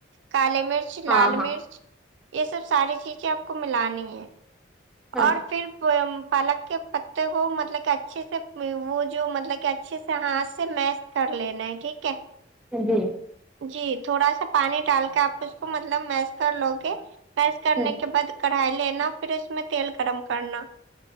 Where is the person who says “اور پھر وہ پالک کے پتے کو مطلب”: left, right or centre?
Right